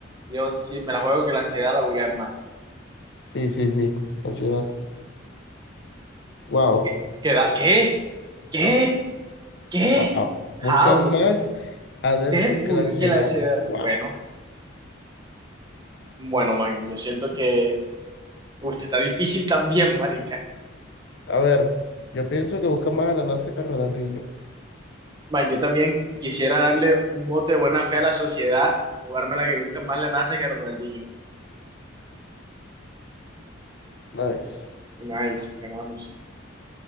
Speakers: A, on the right (about 20°); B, on the left (about 60°).
A: Yo sí me la juego que la ansiedad la googlean más.
B: Sí, sí, sí, ansiedad. Wow.
A: ¿Qué? ¿Qué? da- ¿Qué? ¿Qué? ¿Qué?
B: Wow, buscan
A: How?
B: más a Deadpool
A: Deadpool,
B: que la ansiedad.
A: que la ansiedad.
B: Wow.
A: Bueno, bueno, man. Yo siento que... Uf, esta está difícil también, marica.
B: A ver, yo pienso que buscan más a la NASA que a Ronaldinho.
A: Man, yo también quisiera darle un voto de buena fe a la sociedad y jugarme la que busca más la NASA que Ronaldinho.
B: Nice.
A: Nice, ganamos.